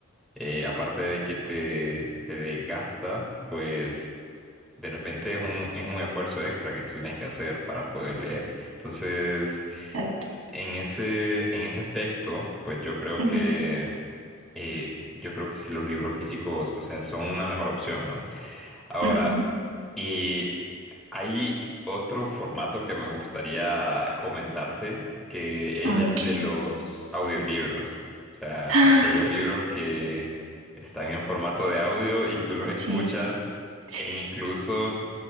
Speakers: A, in the centre; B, on the right (about 75°).
A: eh, aparte de que te, te desgasta, pues de repente es un, es un esfuerzo extra que tú tienes que hacer para poder leer. Entonces,
B: exacto.
A: en ese, en ese aspecto, pues yo creo
B: Ujú,
A: que eh, yo creo que sí los libros físicos, o sea, son una mejor opción, ¿no? Ahora,
B: ujú.
A: y hay otro formato que me gustaría comentarte, que es
B: Ah,
A: el
B: Ok.
A: de los audiolibros. O sea,
B: Ah,
A: aquellos libros que están en formato de audio y tú los escuchas
B: sí, sí.
A: e incluso